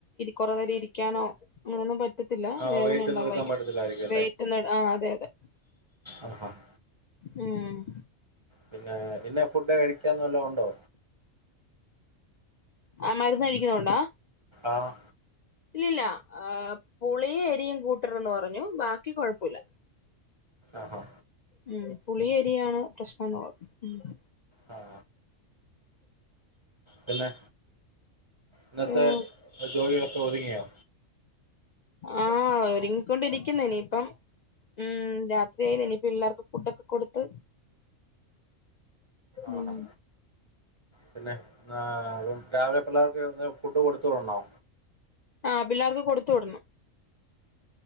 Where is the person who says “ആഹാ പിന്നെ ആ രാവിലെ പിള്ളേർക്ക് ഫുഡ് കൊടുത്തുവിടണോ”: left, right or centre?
Right